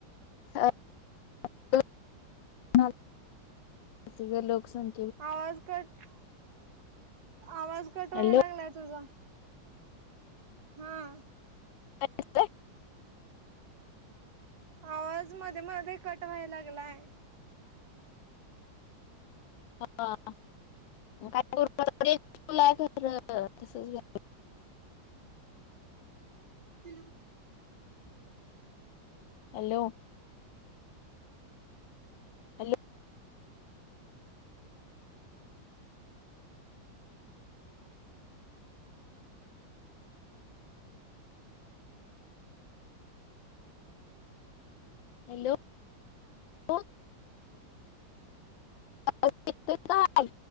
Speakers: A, on the left (about 75°); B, on the right (about 55°).
A: <unintelligible> ती लोकसं
B: आवाज कट आवाज कट व्हाय
A: हॅलो
B: लागलाय तुझा हा.
A: <inaudible>
B: आवाज मध्ये मध्ये कट व्हायला लागलाय
A: <unintelligible>
B: <inaudible>
A: हॅलो. Hello hello. आवाज आवाज येतोय काय?